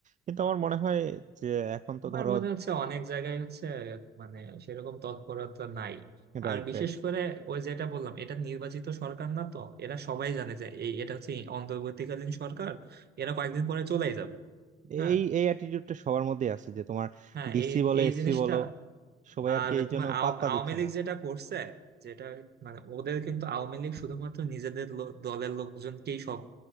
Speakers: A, on the right (about 40°); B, on the right (about 55°).
A: কিন্তু আমার মনে হয় যে এখন তো
B: আমার
A: ধরো
B: মনে হচ্ছে অনেক জায়গায় হচ্ছে মানে সেরকম তৎপরতা নাই
A: রাইট
B: আর বিশেষ
A: রাইট
B: করে ওই যেটা বললাম এটা নির্বাচিত সরকার না তো এরা সবাই জানে যে এই এটা হচ্ছে অন্তর্বর্তীকালীন সরকার এরা কয়েকদিন পরে চলেই যাবে হ্যাঁ
A: এই এই অ্যাটিটিউডটা সবার মধ্যেই আছে যে তোমার
B: হ্যাঁ
A: ডিসি
B: এই
A: বলো
B: এই
A: এসপি
B: জিনিসটা
A: বলো সবাই
B: আর
A: আর কি এই
B: তোমার
A: জন্য
B: আও-
A: পাত্তা
B: আওয়ামী
A: দিচ্ছে
B: লীগ
A: না
B: যেটা করছে যেটা মানে ওদের কিন্তু আওয়ামী লীগ শুধুমাত্র নিজেদের লো- দলের লোকজনকেই সব